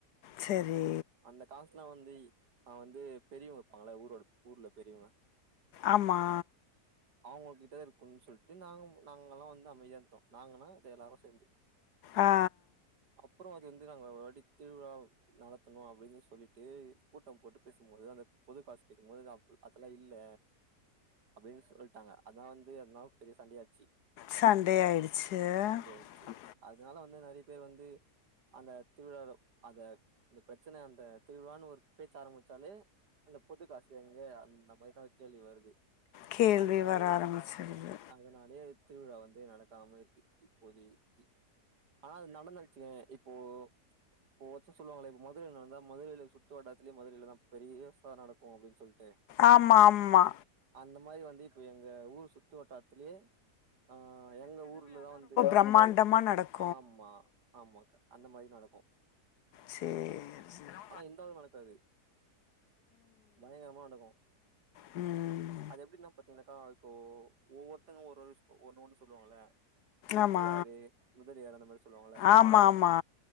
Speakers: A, on the left; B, on the right.
A: சேரி
B: அந்த காசுலாம் வந்து அது வந்து பெரியவங்க வைப்பாங்கள ஊரோட ஊர்ல பெரியவங்க
A: ஆமா
B: அவங்க கிட்ட இருக்குன்னும் சொல்லிட்டு நாங்க நாங்க ல்லாம் வந்து அமைதியா இருந்துடோம் நாங்கனா அது எல்லாரும் சேர்ந்து
A: ஆ
B: அப்புறம் அது வந்து நாங்க ஒரு வாட்டிதிருவிழா நடத்தணும் அப்டின்னு சொல்லிட்டு கூட்டம் போட்டு பேசும்போது அந்த பொது காசு கேட்கும் போது அதெல்லா இல்ல அப்டின்னு சொல்லிட்டாங்க அதான் வந்து அதுனால பெரிய சண்டையாச்சு
A: சண்டை ஆயிடுச்சு
B: சண்டையாயிடுச்சு
A: ம்
B: அதனால நெறைய பேர் வந்து அந்த திருவிழாவுல அந்த அந்த பிரச்சனை அந்த திருவிழான்னு ஒரு பேச்சு ஆரம்பிச்சாலே அந்த பொதுக்காசு எங்க அந்த மாதிரி தான் கேள்வி வருது
A: கேள்வி
B: அதனாலே
A: வர ஆரம்பிச்சிருது
B: அதனாலே திருவிழா வந்து நடத்தாம இருக்கு இப்போதைக்கு ஆ அது நடந்துருச்சுங்க இப்போ ஒவ்வொருத்தர் சொல்லுவாங்களே இப்ப மதுரையில நடந்தா மதுரையில சுத்து வட்டாரத்துலயே மதுரையிலதான் பெரிய விசா நடக்கும் அப்படின்னு சொல்லிட்டு
A: ஆமா ஆமா
B: அந்த மாதிரி வந்து இப்போ எங்க ஊர் சுற்று வட்டாரத்துலயே அ எங்க ஊர்ல தான் வந்து
A: பிரம்மாண்டமா நடக்கும்
B: ஆமா ஆமாக்கா அந்த மாதிரி நடக்கும்
A: சேரி சேரி
B: இந்த ஊர் நடக்காது பயங்கரமா நடக்கும்
A: ம்
B: அது எப்படின்னா பாத்தீங்கனாக்கா இப்போ ஒவ்வொருத்தவுங்க ஒரு ஒண்ணு ஒண்ணு சொல்லுவாங்கள ரெட்டியாரு
A: ஆமா
B: முதலியாரு அந்த மாதிரி சொல்லுவாங்கள
A: ஆமா ஆமா